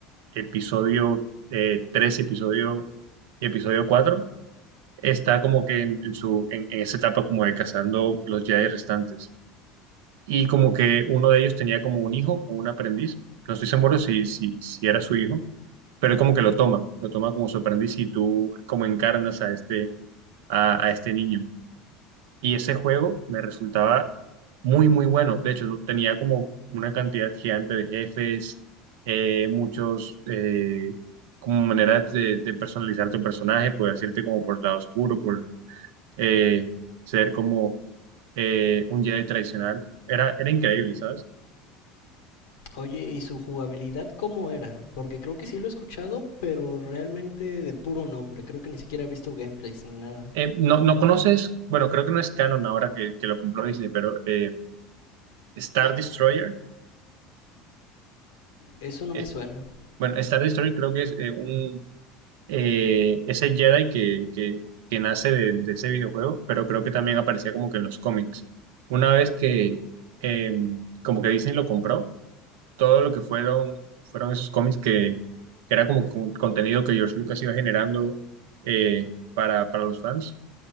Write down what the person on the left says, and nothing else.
Oye, ¿y su jugabilidad cómo era? Porque creo que sí lo he escuchado, pero realmente de puro nombre. Creo que ni siquiera he visto gameplays ni nada.
Eso no
me suena.